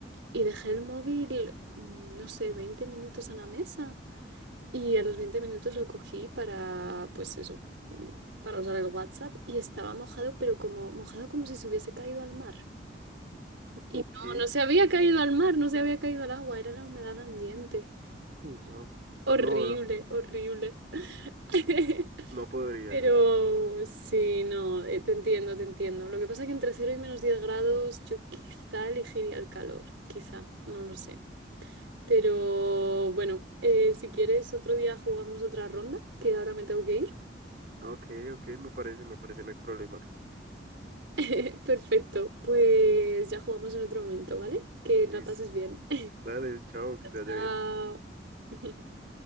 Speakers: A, on the right (about 80°); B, on the right (about 50°).
A: y dejé el móvil, mm, no sé, 20 minutos en la mesa y a los 20 minutos lo cogí para, pues eso, mm, para usar el WhatsApp y estaba mojado, pero como mojado como si se hubiese caído al mar. Y
B: Ok.
A: no,
B: Ay,
A: no se había caído al mar, no se había caído al agua, era la humedad ambiente.
B: no.
A: Horrible,
B: No, no.
A: horrible. <laughs>
B: No podría
A: Pero
B: yo.
A: sí, no, eh, te entiendo, te entiendo. Lo que pasa es que entre cero y menos 10 grados yo quizá elegiría el calor, quizá, no lo sé. Pero bueno, eh, si quieres otro día jugamos otra ronda, que ahora me tengo que ir.
B: Ok, ok, me parece, me parece, no hay problema.
A: <laughs> Perfecto, pues ya jugamos en otro momento, ¿vale? Que
B: Listo.
A: la pases bien. <laughs>
B: Dale, chao, que te vaya
A: Chao.
B: bien.
A: <laughs>